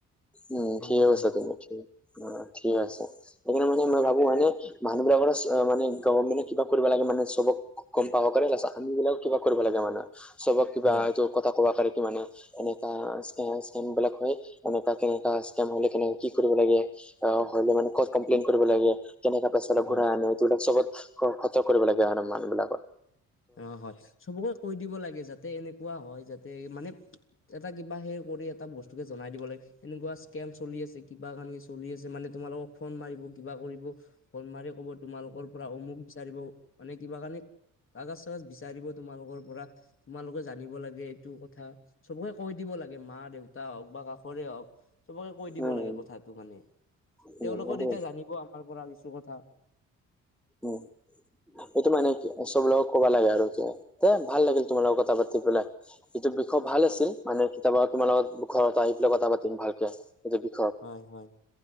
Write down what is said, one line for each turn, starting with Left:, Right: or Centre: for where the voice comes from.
Centre: উম
Left: সেনেকুৱাই
Centre: ঠিকে আছা তুমি অ ঠিক আছে সেইকাৰণে মানে মই ভাবো মানে মানুহ বিলাকৰো মানে গভমেণ্টে কিবা কৰিব লাগে মানে চবক গম পাব কাৰণে লাষ্টত আমি বিলাকও কিবা কৰিব লাগে মানে চবক কিবা
Left: হয়
Centre: এইটো কথা কবা কাৰাৰে কি মানে এনেকা স্কেন বিলাক হয় এনেকা কেনেকা স্কেম হলে কেনে কি কৰিব লাগে, অ হলে মানে ক'ত কমপ্লেইন কৰিব লাগে কেনেকা পেচাল
Left: হয়
Centre: ঘূৰাই আনে এইবিলাক চবত খ', -খৰছো কৰিব লাগে আৰু মানুহ বিলাকত',
Left: অ', হয়, চবকে কৈ দিব লাগে যাতে এনেকুৱা হয় যাতে এই মানে', এটা কিবা সে কৰি এটা বস্তু কে জনাই দিব লাগে, এনেকুৱা স্কেম চলি আছে কিবা কাৰণে চলি আছে মানে তোমালোকক', ফোন মাৰিব কিবা কৰিব, ফোন মাৰি ক'ব তোমালোকৰ পৰা অমুক বিচাৰিব, মানে কিবা কাৰণে', কাগজ - চাগজ বিচাৰিব তোমালোকৰ পৰা, তোমালোকে জানিব লাগে এইটো কথা', চবকে কৈ দিব লাগে মা দেউতা হওঁক বা কাষৰে হওঁক', চবকে কৈ
Centre: উম
Left: দিব
Centre: উম
Left: লাগে কথাটো মানে,
Centre: সেইটোৱে
Left: তেওঁলোকে তেতিয়া জানিব আমাৰ পৰা কিছু কথা',
Centre: উম', এইটো মানে কি, চবৰ লগক কবা লাগে আৰু কি, দেই ভাল লাগিল তোমাল লগত কথা পাতি পেলাই', এইটো বিষয় ভাল আছিল, মানে কেতিয়াবা তোমাৰ লগত ঘৰত আহি পেলাই কথা পাতিম ভালকে, এইটো বিষয়',
Left: হয়', - হয়',